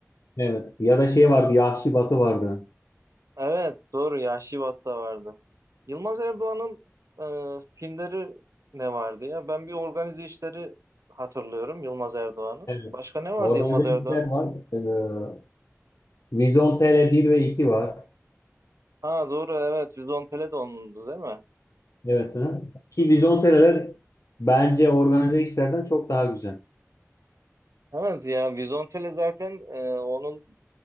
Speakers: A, on the left; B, on the right.
A: Evet. Ya da şey vardı, Yahşi Batı vardı.
B: Evet doğru Yahşi Bat'ta vardı. Yılmaz Erdoğan'ın e, filmleri ne vardı ya? Ben bir organize işleri hatırlıyorum Yılmaz Erdoğan'ın.
A: Evet.
B: Başka ne vardı
A: Organize
B: Yılmaz Erdoğan'ın?
A: işler var. Ee, Vizyon bir ve 2 var.
B: Ha doğru evet Vizontele de onundu değil mi?
A: Evet. hı. Ki Vizyon TL'ler bence organize işlerden çok daha güzel.
B: Evet ya Vizontele zaten e, onun